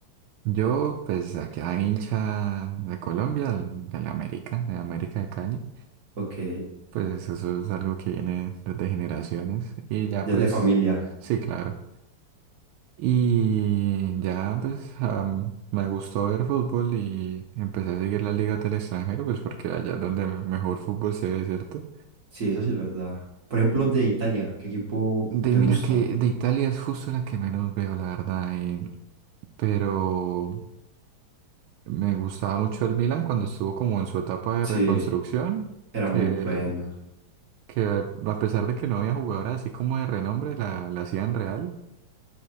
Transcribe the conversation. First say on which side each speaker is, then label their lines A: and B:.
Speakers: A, on the right; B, on the right.
A: Yo, pues, aquí a hincha de Colombia, el- del América, de América de Cali.
B: Ok,
A: Pues eso es algo que viene desde generaciones. Y ya,
B: ya
A: pues,
B: es de familia.
A: sí, claro. Y ya, pues, am, me gustó ver fútbol y empecé a seguir las ligas del extranjero, pues, porque allá es donde mejor fútbol se ve, ¿cierto?
B: Sí, eso sí es verdad. Por ejemplo, de Italia, ¿qué equipo
A: De,
B: te
A: mira
B: gusta?
A: que de Italia es justo la que menos veo, la verdad. eh, pero. Me gustaba mucho el Milan cuando estuvo como en su etapa de
B: Sí,
A: reconstrucción,
B: era
A: que,
B: muy bueno.
A: que a pesar de que no había jugadores así como de renombre, la, la hacían real.